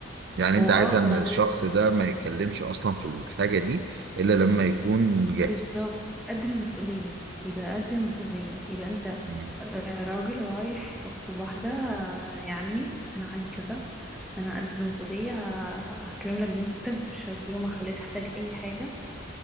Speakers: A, on the right (about 55°); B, in the centre.
A: يعني انت
B: هو
A: عايز
B: اه
A: ان
B: طبعا
A: الشخص
B: رزق
A: ده ما يتكلمش اصلا في الحاجة دي الا لما يكون جاهز
B: بالظبط <laughs> قد المسؤولية يبقى قد المسؤولية يبقى انت
A: مم.
B: آه، راجل رايح تخطب واحدة آه، يا عمي انا عندي كذا انا قد المسؤولية ه- هكرم لك بنتك مش في يوم هخليها تحتاج اي حاجة